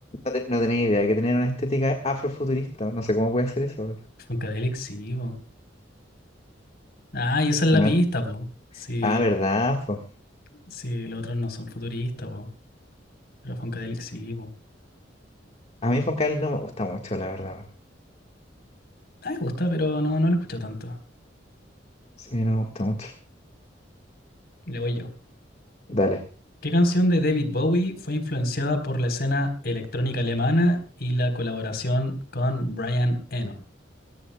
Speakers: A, on the left; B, on the left.
A: No, te- no tenía idea que tenían una estética afrofuturista. No sé cómo puede ser eso. pero-
B: Funkadelic, sí, po. Ah, y esa es la
A: A ver.
B: pista, po. Sí,
A: Ah, ¿verdad? po?
B: sí, los otros no son futuristas, po. Pero Funkadelic sí, po.
A: A mí Funkadelic no me gusta mucho, la verdad.
B: Ah, me gusta, pero no, no lo he escuchado tanto.
A: Sí, no me gusta mucho.
B: Le voy yo.
A: Dale.
B: ¿Qué canción de David Bowie fue influenciada por la escena electrónica alemana y la colaboración con Brian Eno?